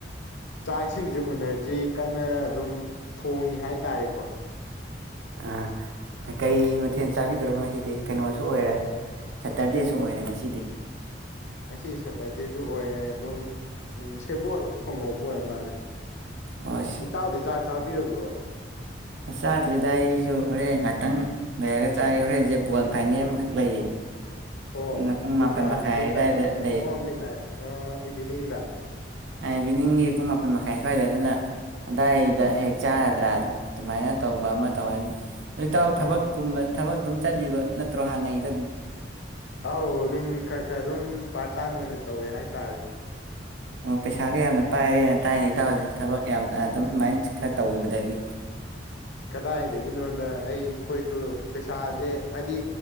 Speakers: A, on the left; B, on the right.
A: ꯆꯥꯛꯁꯤꯡꯁꯦ ꯎꯅꯗ꯭ꯔꯤ ꯀꯟꯅ ꯑꯗꯨꯝ ꯊꯣꯡꯉꯤ ꯍꯥꯏꯇꯥꯔꯦꯀꯣ
B: ꯑꯥ ꯀꯩ ꯃꯊꯦꯜ ꯆꯥꯕꯤꯗꯣ ꯉꯁꯤꯗꯤ ꯀꯩꯅꯣꯁꯨ ꯑꯣꯏꯔꯦ ꯁꯇꯔꯗꯦꯁꯨ ꯑꯣꯏꯔꯦ ꯉꯁꯤꯗꯤ
A: ꯉꯁꯤ ꯁꯇꯔꯗꯦꯁꯨ ꯑꯣꯏꯔꯦ ꯑꯗꯨꯝ ꯎꯝ ꯁꯦꯕꯣꯜ ꯊꯣꯡꯉꯧꯕ ꯑꯣꯏꯔ ꯃꯥꯜꯂꯦ
B: ꯑꯣ
A: ꯏꯇꯥꯎꯗꯤ ꯆꯥꯛ ꯆꯥꯕꯤꯔꯕ꯭ꯔꯣ
B: ꯑꯁ ꯆꯥꯗ꯭ꯔꯤꯗ ꯑꯩꯁꯨ ꯍꯣꯔꯦꯟ ꯉꯥꯛꯇꯪ ꯂꯩꯔꯒ ꯆꯥꯒꯦ ꯍꯣꯔꯦꯟꯁꯦ ꯕꯣꯜ ꯐꯥꯏꯅꯦꯜ ꯑꯃꯈꯛ ꯂꯩꯌꯦ
A: ꯑꯣ
B: ꯑꯗꯨꯅ ꯄꯨꯡ
A: ꯅꯨꯡꯗꯥꯡ
B: ꯃꯥꯄꯟ ꯃꯈꯥꯏ
A: ꯃꯤꯠꯅꯥꯏ꯭ꯇꯇ
B: ꯑꯗꯨꯋꯥꯏꯗ ꯂꯩ
A: ꯑꯣ ꯃꯤꯠꯅꯥꯏ꯭ꯇꯇ ꯑ ꯏꯚꯤꯅꯤꯡꯗ
B: ꯏꯕꯤꯅꯤꯡꯒꯤ ꯄꯨꯡ ꯃꯥꯄꯟ ꯃꯈꯥꯏ ꯁ꯭ꯋꯥꯏꯗ ꯑꯗꯨꯅ ꯑꯗꯥꯏꯗ ꯍꯦꯒ ꯆꯥ ꯍꯗꯔꯥ ꯑꯗꯨꯃꯥꯏꯅ ꯇꯧꯕ ꯑꯃ ꯇꯧꯔꯅꯤ ꯂ ꯏꯇꯥꯎ
A: ꯍꯣꯏ
B: ꯊꯕꯛꯀꯨꯝꯕ ꯊꯕꯛꯇꯝ ꯆꯠꯂꯤꯕ ꯅꯠꯇ꯭ꯔꯣ ꯍꯥꯟꯅꯩꯗ ꯑꯗꯨꯝ
A: ꯑꯥꯎ ꯑꯗꯨꯝ ꯈꯔ ꯈꯔ ꯑꯗꯨꯝ ꯄꯥꯔꯠ ꯇꯥꯏꯝ ꯑꯣꯏꯅ ꯇꯧꯋꯦ ꯍꯥꯏꯇꯥꯔꯦ
B: ꯑꯣ ꯄꯩꯁꯥꯒ ꯌꯥꯝꯅ ꯄꯥꯏꯔꯦꯅ ꯇꯥꯏꯅ ꯏꯇꯥꯎꯁꯦ ꯊꯕꯛ ꯌꯥꯝ ꯑꯗꯨꯝ ꯑꯗꯨꯃꯥꯏꯅ ꯈꯔ ꯇꯧꯈꯤꯕꯗꯒꯤ
A: ꯀꯗꯥꯏꯗꯒꯤꯅꯣꯗ ꯑꯩ ꯑꯩꯈꯣꯏꯁꯨ ꯄꯩꯁꯥꯁꯦ ꯍꯥꯏꯗꯤ